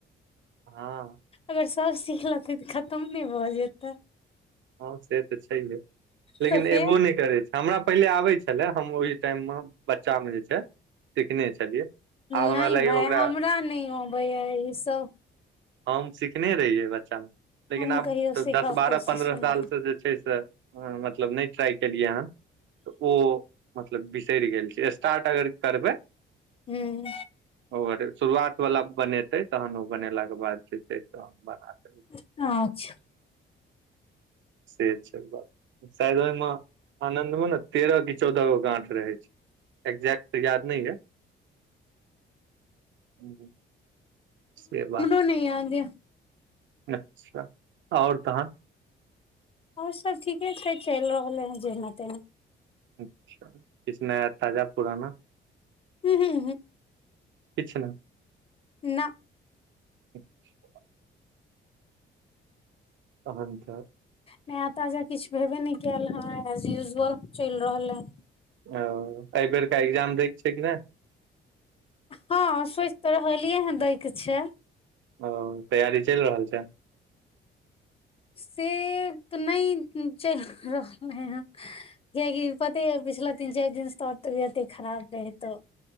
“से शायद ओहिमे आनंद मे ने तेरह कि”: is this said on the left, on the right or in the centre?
Right